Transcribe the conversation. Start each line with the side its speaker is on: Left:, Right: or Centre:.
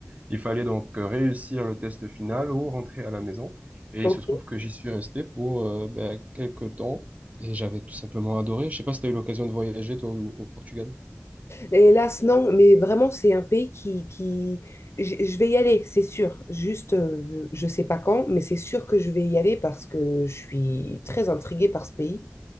Right: il fallait donc euh, réussir le test final ou rentrer à la maison. Et
Left: Ok.
Right: il se trouve que j'y suis resté pour euh, bah, quelques temps. Et j'avais tout simplement adoré. Je sais pas si tu as eu l'occasion de voyager, toi, au, au Portugal.
Left: Hélas, non, mais vraiment, c'est un pays qui, qui... Je je vais y aller, c'est sûr. Juste, euh, je sais pas quand, mais c'est sûr que je vais y aller parce que je suis très intriguée par ce pays.